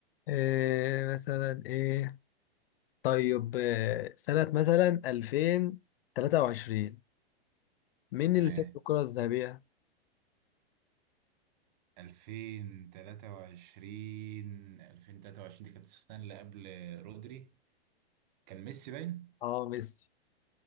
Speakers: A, on the left; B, on the right.
A: إيه مثلا ايه طيب إيه سنة مثلا 2023 مين
B: تمام
A: اللي فاز بالكرة الذهبية؟
B: 2023 2023 دي كانت السنة اللي قبل رودري كان ميسي باين
A: اه ميسي